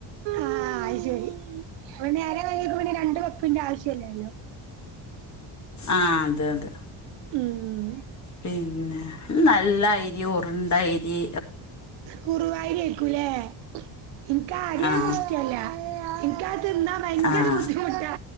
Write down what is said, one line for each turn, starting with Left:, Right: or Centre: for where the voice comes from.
Right: ആഹ് അയ്ശെരി പിന്നേരാ വൈ <unintelligible> ക്ക് പിന്നെ രണ്ട് വെപ്പിന്റെ ആവശ്യല്ലല്ലോ
Left: ആഹ് അതെ അതെ
Right: ഉം
Left: പിന്നെ നല്ല അയ്രി ഉർണ്ടയ്രി
Right: കുറുവായ്ര്യേക്കുലേ ഇൻക്കാ അര്യെന്നെ
Left: ആഹ്
Right: ഇഷ്ടെല്ലാ ഇൻക്കത് തിന്നാ ഭയെങ്കെര
Left: ആഹ്
Right: ബുദ്ധിമുട്ടാ